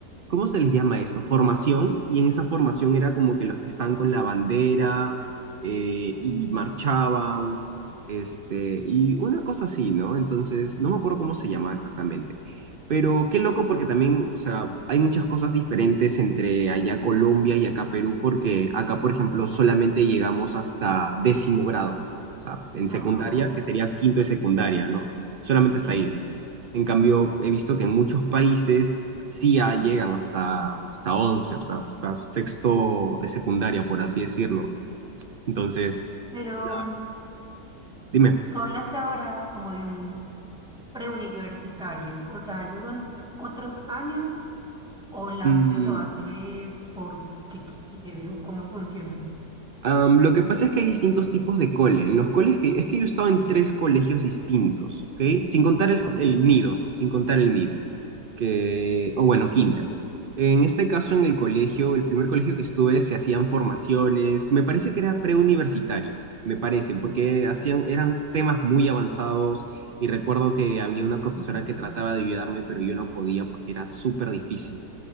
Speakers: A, on the right (about 80°); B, in the centre.
A: ¿cómo se les llama esto? Formación, y en esa formación era como que los que están con la bandera eh, y marchaban, este, y una cosa así, ¿no? Entonces, no me acuerdo cómo se llamaba exactamente. Pero qué loco porque también, o sea, hay muchas cosas diferentes entre allá Colombia y acá Perú, porque acá, por ejemplo, solamente llegamos hasta décimo grado, o sea, en
B: Ah,
A: secundaria, que sería quinto de secundaria, ¿no? Solamente
B: sí,
A: está ahí. En cambio, he visto que en muchos países sí ah, llegan hasta, hasta once, o sea, hasta sexto de secundaria, por así decirlo. Entonces,
B: pero
A: nada,
B: mm,
A: pues, dime.
B: tú hablaste ahora como de un preuniversitario, o sea, ¿esos son otros años o la
A: Mm,
B: gente lo hace porque quiere o cómo funciona?
A: Am, lo que pasa es que hay distintos tipos de cole. En los coles que, es que yo he estado en tres colegios distintos, ¿ok? Sin contar el,
B: Ok,
A: el nido, sin contar el nido, que, o bueno, kinder. En este caso, en el colegio, el primer colegio que estuve, se hacían formaciones, me parece que era preuniversitario, me parece, porque hacían, eran temas muy avanzados y recuerdo que había una profesora
B: entiendo.
A: que trataba de ayudarme, pero yo no podía porque era súper difícil.